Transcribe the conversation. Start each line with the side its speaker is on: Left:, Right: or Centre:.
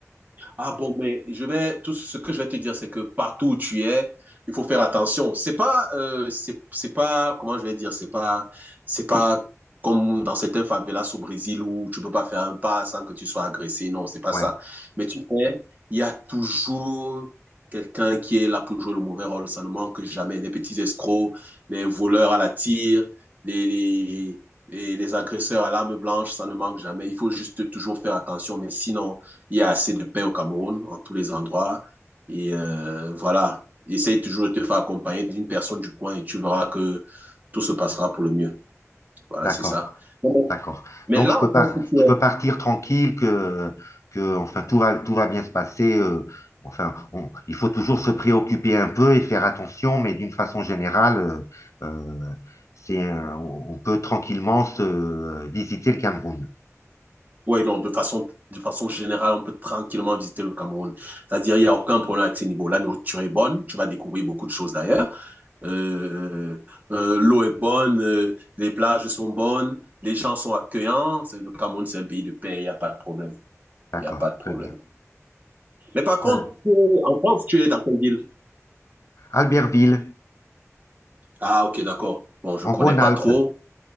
Right: Ah bon, mais je vais, tout ce que je vais te dire, c'est que partout où tu es, il faut faire attention. C'est pas, euh, c'est, c'est pas, comment je vais dire, c'est pas, c'est pas comme dans certains favelas au Brésil où tu peux pas faire un pas sans que tu sois agressé. Non, c'est pas
Left: Ouais,
Right: ça. Mais tu sais, il y a toujours quelqu'un qui est là pour jouer le mauvais rôle. Ça ne manque jamais. Les petits escrocs, les voleurs à la tire, les, les, les, les agresseurs à l'arme blanche, ça ne manque jamais. Il faut juste toujours faire attention. Mais sinon, il y a assez de paix au Cameroun, en tous les endroits. Et euh, voilà, essaye toujours de te faire accompagner d'une personne du coin et tu verras que tout se passera pour le mieux. Voilà,
Left: d'accord,
Right: c'est ça. Bon,
Left: d'accord.
Right: Mais
Left: Donc
Right: là,
Left: je peux
Right: on pense
Left: par-
Right: que tu es...
Left: je peux partir tranquille que, que enfin tout va, tout va bien se passer. euh, enfin, on- il faut toujours se préoccuper un peu et faire attention, mais d'une façon générale, euh, euh, c'est un- on on peut tranquillement se euh, visiter le Cameroun.
Right: Oui, non, de façon, de façon générale, on peut tranquillement visiter le Cameroun. C'est-à-dire, il n'y a aucun problème avec ces niveaux. La nourriture est bonne, tu vas découvrir beaucoup de choses d'ailleurs. Euh, euh, l'eau est bonne, euh, les plages sont bonnes, les gens sont accueillants. Le Cameroun, c'est un pays de paix, il n'y a pas de problème.
Left: D'accord,
Right: Il n'y a pas de problème.
Left: très bien.
Right: Mais par contre,
Left: Euh,
Right: euh, en France, tu es dans quelle ville?
Left: Albertville.
Right: Ah, ok, d'accord. Bon, je
Left: En
Right: connais
Left: Rhône-Alpes,
Right: pas trop.